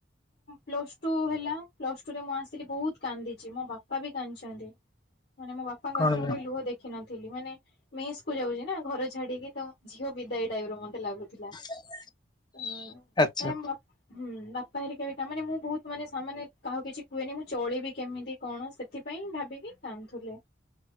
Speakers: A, on the left; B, on the left.
A: ପ୍ଲସ ଟୁ ହେଲା, ପ୍ଲସ ଟୁରେ ମୁଁ ଆସିଲି ବହୁତ କାନ୍ଦିଛି। ମୋ ବାପା ବି କାନ୍ଦିଛନ୍ତି। ମାନେ ମୋ ବାପାଙ୍କ
B: କଣ
A: ଆଖିରେ
B: ପାଇଁ
A: ମୁଁ କେବେ ଲୁହ ଦେଖିନଥିଲି। ମାନେ ମେସ୍ କୁ ଯାଉଛି ନା, ଘର ଛାଡିକି ତ ଝିଅ ବିଦାୟ ଟାଇପର ମତେ ଲାଗୁଥିଲା।
B: <inaudible>
A: ହଁ,
B: ଆଚ୍ଛା
A: ଟାଇମ ବା ହୁଁ, ବାପା ହେରିକା ବି, ତା ମାନେ ମୁଁ ବହୁତ କିଛି ଶହେ, କାହାକୁ କିଛି କୁହେନି, ମୁଁ ଚଳିବି କେମିତି କଣ ସେଥିପାଇଁ ଭାବିକି କାନ୍ଦୁଥିଲି।